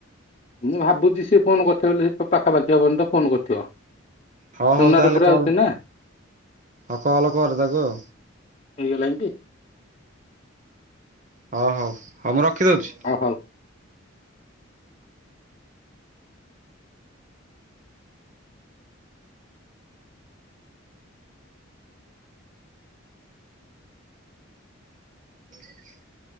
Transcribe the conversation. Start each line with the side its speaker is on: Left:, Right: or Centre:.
Left: ମୁଁ ଭାବୁଛି ସିଏ ଫୋନ୍ କରିଥିବ ବୋଲି ପାଖାପାଖି ପର୍ଯ୍ୟନ୍ତ ଫୋନ୍ କରିଥିବ।
Right: ହଁ
Left: ସୁନା
Right: ହଉ ତାହେଲେ
Left: ରୁପାରେ
Right: କଲ୍
Left: ଆଉଛି ନା
Right: ହଁ କଲ୍ କର ତାକୁ ଆଉ
Left: ହେଇଗଲାଣି କି?
Right: ହଁ ହଉ ହଉ ମୁଁ ରଖିଦଉଛି।
Left: ହଉ ହଲ୍
Right: <inaudible>